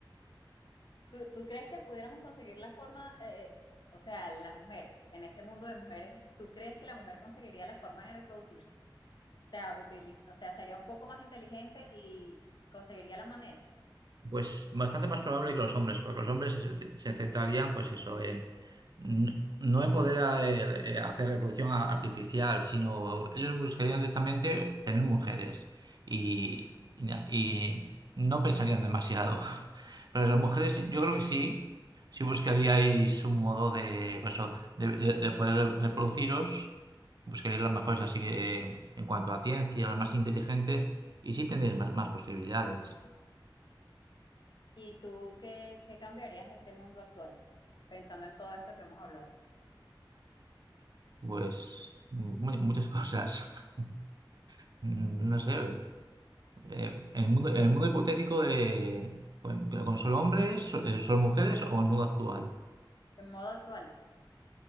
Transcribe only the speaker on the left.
¿Tú, tú crees que pudiéramos conseguir la forma, eh, o sea, las mujeres, en este mundo de mujeres, ¿tú crees que la mujer conseguiría la forma de reproducirse? O sea, utiliz- o sea, sería un poco más inteligente y conseguiría la manera.
¿Y tú qué, qué cambiarías de este mundo actual, pensando en todo esto que hemos hablado?
En modo actual,